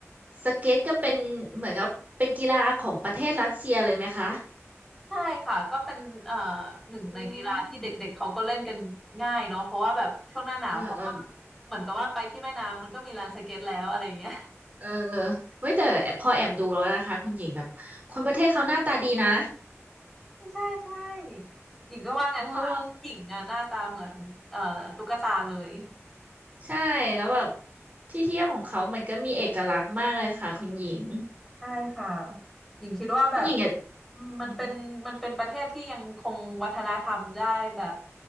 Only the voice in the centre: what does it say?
ใช่ค่ะก็เป็นเอ่อหนึ่งในกีฬาที่เด็กๆเขาก็เล่นกันง่ายเนาะเพราะว่าแบบช่วงหน้าหนาวเขาก็
เหมือนกับว่าไปที่แม่น้ำมันก็มีลานสเก็ตแล้วอะไรอย่างเงี้ย
ใช่ใช่หญิงก็ว่างั้นค่ะหญิงอ่ะหน้าตาเหมือนเอ่อตุ๊กตาเลย
ใช่ค่ะหญิงคิดว่าแบบ
อืมมันเป็นมันเป็นประเทศที่ยังคงวัฒนธรรมได้แบบ